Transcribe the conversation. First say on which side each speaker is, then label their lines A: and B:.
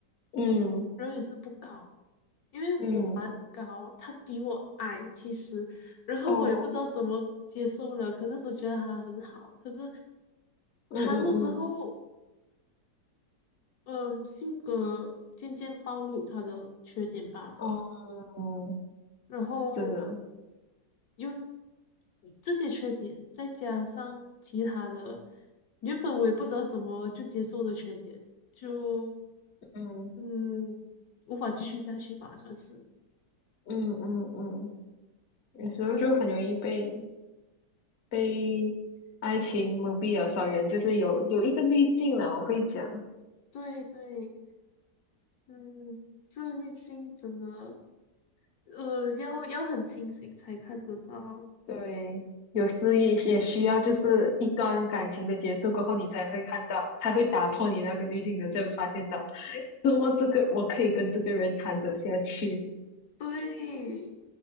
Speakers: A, on the left; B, on the left.
A: 嗯
B: 然后也是不高，因为我蛮高，
A: 嗯，
B: 他比我矮，其实，然后我也不知道怎么接受了，
A: 哦，
B: 可那时候觉得他很好，可是
A: 嗯嗯嗯，
B: 他那时候。嗯，性格渐渐暴露他的缺点吧，
A: 哦，嗯，
B: 然后
A: 真的，
B: 又这些缺点，再加上其他的，原本我也不知道怎么就接受的缺点，就
A: 嗯。
B: 嗯，无法继续下去吧，算是。
A: 嗯嗯嗯，有时候就很容易被
B: 可是，
A: 被爱情蒙蔽了双眼，就是有有一个滤镜了，我会讲。
B: 对对，嗯，自律性真的，呃，要要很清醒才看得到。
A: 对，有时也也需要，就是一段感情的结束过后，你才会看到，才会打破你那个滤镜的，才会发现到，怎么这个我可以跟这个人谈得下去。
B: 对，